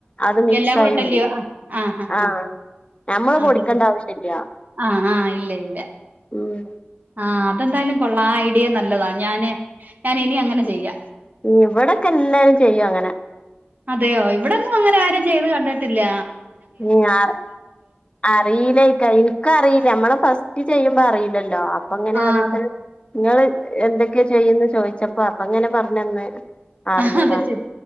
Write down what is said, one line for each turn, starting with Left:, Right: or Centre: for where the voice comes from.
Left: അത് മിക്സ്
Right: എല്ലാം കൂടി
Left: ആയി
Right: ഇട്ടല്ലയോ
Left: വരും
Right: ആഹ് ആഹ് ആഹ്
Left: ആ ഞമ്മള്
Right: ആഹ്
Left: പൊടിക്കണ്ട
Right: അത് ശെരി
Left: ആവശ്യല്ല
Right: ആഹ് ആഹ് ഇല്ല ഇല്ല
Left: ഉം
Right: ആഹ് അതെന്തായാലും കൊള്ളാം ആ ഡിയ നല്ലതാ ഞാന് ഞാൻ ഇനി അങ്ങനെ ചെയ്യ
Left: ഇവിടെക്കെ എല്ലാരും ചെയ്യും അങ്ങനെ
Right: അതെയോ ഇവിടൊന്നും അങ്ങനെ ആരും ചെയ്ത് കണ്ടിട്ട് ട്ടില്ല
Left: ഉം അർ അറിയില്ല ട്ടോ ന്ക്ക അറിയില്ല നമ്മളെ ഫസ് ത് ചെയ്യുമ്പോ അറിയില്ലല്ലോ അപ്പൊ അങ്ങനെ
Right: ആഹ്
Left: ഓരോരുത്തര്
Right: അതാ.
Left: ഇങ്ങള് എന്തൊക്കെ ചെയ്യുന്നേ ചോയിച്ചപ്പോ അപ്പ ഇങ്ങനെ പറഞ്ഞന്ന് അറിഞ്ഞതാ
Right: ഹ് ഹ്